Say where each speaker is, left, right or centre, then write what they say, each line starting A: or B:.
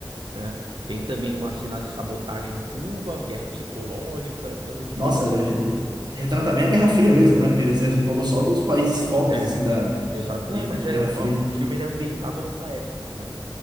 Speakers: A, on the right; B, on the right.
A: né? Tem também uma cena de sabotagem em Cuba, guerra psicológica, então é muito
B: Nossa,
A: interessante.
B: é- retrata bem a Guerra Fria mesmo, né? Porque você falou só dos países focos,
A: É,
B: assim, da,
A: exato,
B: né,
A: é,
B: entre
A: mas
B: a
A: é
B: Guerra
A: o,
B: Fria.
A: o filme ele é ambientado nessa época, entendeu?